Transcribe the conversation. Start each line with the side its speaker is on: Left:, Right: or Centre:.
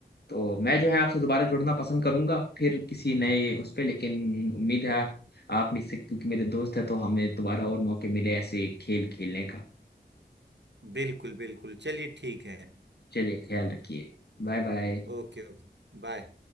Left: तो मैं जो है आपसे दोबारा जुड़ना पसंद करूंगा फिर किसी नए उस पे लेकिन उम्मीद है आप मुझसे क्योंकि मेरे दोस्त है तो हमें दोबारा और मौके मिले ऐसे खेल खेलने का
Right: बिल्कुल बिल्कुल चलिए ठीक है
Left: चलिए ख्याल रखिए Bye bye
Right: Okay okay bye